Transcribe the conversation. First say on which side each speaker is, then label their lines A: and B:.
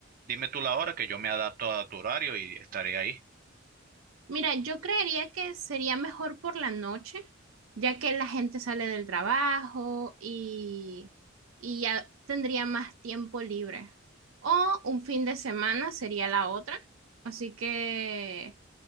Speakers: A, on the right (about 45°); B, on the right (about 85°).
A: Dime tú la hora que yo me adapto a tu horario y estaré ahí.
B: Mira, yo creería que sería mejor por la noche, ya que la gente sale del trabajo y, y ya tendría más tiempo libre. O un fin de semana sería la otra. Así que